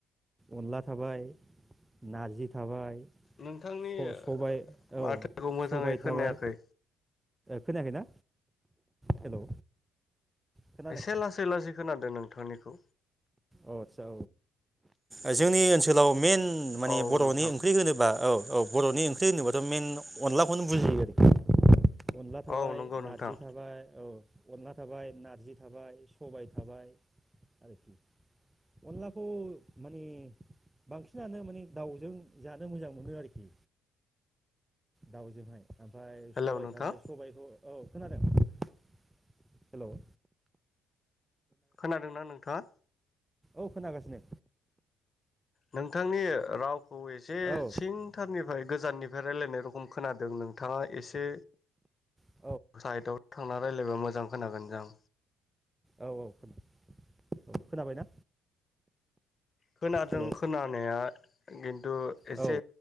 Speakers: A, on the right; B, on the left.
A: अनला थाबाय नारजि थाबाय
B: नोंथांनि
A: स-सबाय
B: माथोखौ
A: औ
B: मोजाङै
A: सबाय
B: खोनायाखै
A: थाबाय। खोनायाखैना? हेलौ खोनादों
B: एसे लासै लासै खोनादों नोंथांनि खौ।
A: अ आचसा औ जोंनि ओनसोलाव मेन माने
B: औ
A: बर'नि
B: नोंथां
A: ओंख्रि होनोबा औ। औ बर'नि ओंख्रि होनोबाथ' मइेन अनलाखौनो बुजियो आरोखि। अनला थाबाय
B: औ नंगौ
A: नारजि
B: नोंथां
A: थाबाय औ। अनला थाबाय नारजि थाबाय सबाय थाबाय आरोखि अनलाखौ मानि बांसिनानो माने दाउजों जानो मोजां मोनो आरोखि दाउजोंहाय। ओमफाय
B: हेलौ
A: सबाय
B: नोंथां
A: जाबाय सबायखौ औ खोनादों हेल'।
B: खोनादोंना नोंथाङा?
A: औ खोनाखासिनो।
B: नोंथांनि रावखौ एसे
A: औ
B: सिंथारनि फ्राय गोजाननिफ्राय रायजलायनाय रखम खोनादों नोंथाङा एसे
A: औ
B: साइदआव थांना रायजलायबा मोजां खोनागोन दां।
A: औ औ खोन औ खोनाबायना?
B: खोनादों
A: हेल' औ
B: खोनानाया गिथ तु
A: औ
B: एसे